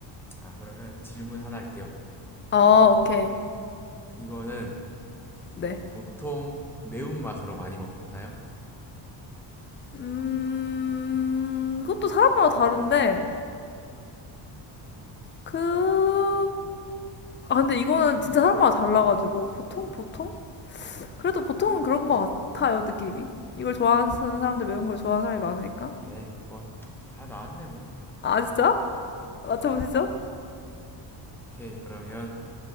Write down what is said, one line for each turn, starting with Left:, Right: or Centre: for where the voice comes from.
Centre: 아 그러면 질문 하나 할게요
Left: 아, 오케이.
Centre: 이거는
Left: 네.
Centre: 보통 매운맛으로 많이 먹나요?
Left: 음, 이것도 사람마다 다른데, 그, 아, 근데 이거는 진짜 사람마다 달라가지고, 보통, 보통?
Centre: 아
Left: 그래도 보통은 그런 것 같아요, 느낌이. 이걸 좋아하는 사람들, 매운 걸 좋아하는 사람이 많으니까.
Centre: 에이 뭐 다 나왔네 뭐
Left: 아, 진짜? 맞춰보시죠.
Centre: 오케이 그러면